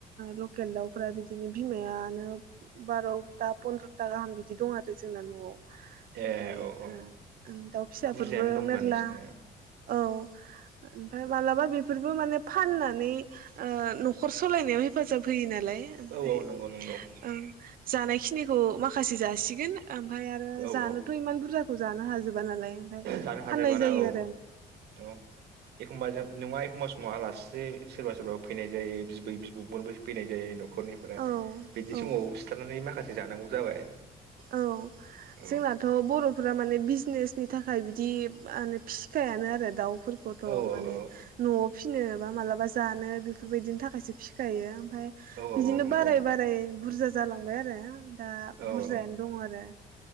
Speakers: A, on the right; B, on the right.
A: लकेल दाउफोरा बिदिनो बिमायानो बार'था पन्द्र'था गाहाम बिदि दं आरो जोंना न'आव। ओमफ्राय
B: ए औ औ
A: ओ दाउ फिसाफोरबो
B: बुरजायानो दंबा
A: मेरला
B: नोंसिनिया
A: औ ओमफ्राय मालाबा बेफोरबो माने फाननानै ओ न'खर सालायनायाव हेफाजाब होयो नालाय। आमफ्राय
B: औ औ नंगौ नंगौ
A: ओ जानाय खिनिखौ मा माखासे जासिगोन ओमफाय आरो
B: औ
A: जानोथ'
B: औ
A: इमान बुरजा खौ जानो हाजोब बा नालाय ओमफाय
B: जानो हाजोबाना
A: फाननाय जायो
B: औ
A: आरो।
B: औ एखमबा जों नङा एखमबा समाव आलासि बे सोरबा सोरबा फैनाय जायो बिबै बिबौमोनबो फैनाय जायो न'ख खरनिफ्राय
A: औ
B: बिदि
A: औ
B: समाव सिथारनानै माखासे जानांगौ जाबाय।
A: औ
B: औ
A: जोंनाथ' बर'फोरा माने बिजनेसनि थाखाय बिदि मा होनो फिसखायानो आरो दाउ फोरखौथ'
B: औ
A: माने न'आव फिनो बा मालाबा जानो बिफोरबायदिनि थाखायसो फिखायो। फाय
B: औ
A: बिदिनो
B: औ नंगौ
A: बाराय बाराय बुरजा जालांबाय आरो दा बुरजायानो
B: औ औ
A: दं आरो।